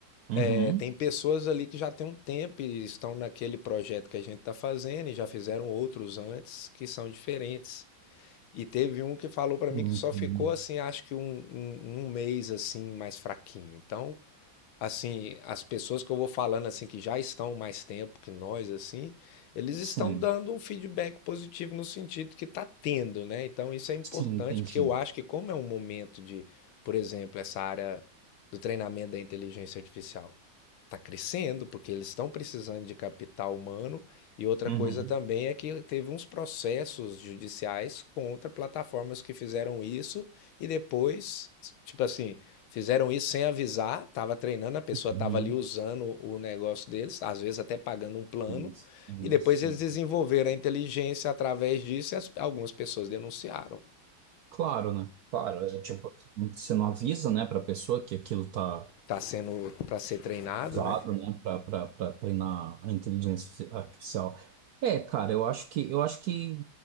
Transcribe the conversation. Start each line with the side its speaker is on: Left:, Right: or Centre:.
Right: Uhum.
Left: É, tem pessoas ali que já tem um tempo e estão naquele projeto que a gente está fazendo e já fizeram outros antes que são diferentes. E teve um que falou para mim
Right: Sim,
Left: que só
Right: sim.
Left: ficou assim, acho que um, um, um mês assim mais fraquinho. Então, assim, as pessoas que eu vou falando assim que já estão mais tempo que nós assim, eles estão
Right: Sim,
Left: dando um feedback positivo no sentido que está tendo, né? Então isso é importante
Right: Sim, entendi.
Left: porque eu acho que como é um momento de, por exemplo, essa área do treinamento da inteligência artificial está crescendo porque eles estão precisando de capital humano e outra
Right: Uhum.
Left: coisa também é que teve uns processos judiciais contra plataformas que fizeram isso e depois, tipo assim, Fizeram isso sem avisar, estava treinando, a pessoa
Right: Uhum.
Left: estava ali usando o negócio deles, às vezes até pagando um plano,
Right: Isso,
Left: e depois
Right: isso.
Left: eles desenvolveram a inteligência através disso e as- algumas pessoas denunciaram.
Right: Claro, né? Claro, é tipo, você não avisa, né, pra pessoa que aquilo tá.
Left: Está sendo para ser treinado,
Right: usado,
Left: né?
Right: né, para treinar a inteligência artificial. É, cara, eu acho que eu acho que